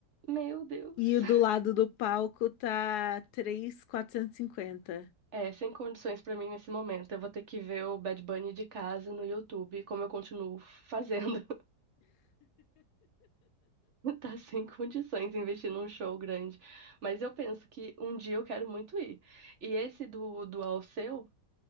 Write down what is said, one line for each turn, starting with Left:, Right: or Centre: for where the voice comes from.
Right: meu Deus.
Left: E o do lado do palco tá três mil quatrocentos e cinquenta.
Right: É, sem condições pra mim nesse momento. Eu vou ter que ver o Bad Bunny de casa no YouTube, como eu continuo fazendo. <laughs> Tá sem condições investir num show grande. Mas eu penso que um dia eu quero muito ir. E esse do, do Alceu,